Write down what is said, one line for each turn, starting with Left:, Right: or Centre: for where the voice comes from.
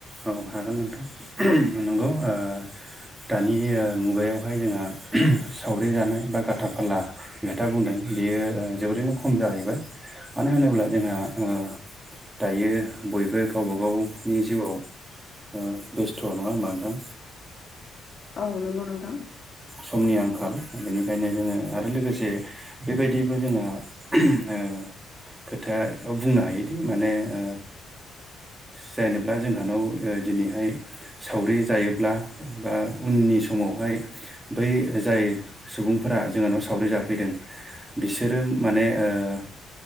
Right: औ हागोन नोंथां नंगौ ओ दानि मुगायावहाय जोंहा सावरि जानाय बा गाथा फाला खोथा बुंदों। बियो जोबोरैनो खम जाहैबाय मानो होनोब्ला जोंहा ओ दायो बयबो गावबा गावनि जिउआव ओ बेस्थ' नङा होनोमबा नोंथां
Left: औ नंगौ नोंथां
Right: समनि आंखाल बेनिखायनो जोङो आरो लोगोसे बेबायदिबो जोंहा ओ खोथाया बुंनो हायोदि माने ओ जेनेब्ला जोंहानाव दिनैहाय सावरि जायोब्ला बा उननि समावहाय बै जाय सुबुंफोरा जोंहानाव सावरि जाफैदों। बिसोरो माने ओ